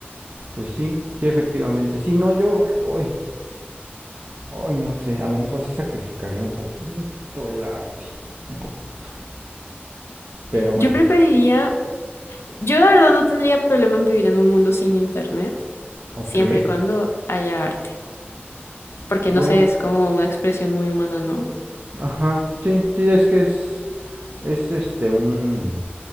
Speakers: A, on the right; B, on the left.
A: pues sí, sí, efectivamente. Sí, no, yo, hoy, hoy no sé, a lo mejor sí sacrificaría un poquito el arte, un poquito. Pero bueno,
B: Yo preferiría, yo la verdad no tendría problema en vivir en un mundo sin internet,
A: ok,
B: siempre y cuando haya arte.
A: bueno,
B: Porque no sé, es como una expresión muy humana, ¿no?
A: ajá, sí, sí, es que es, es este, un,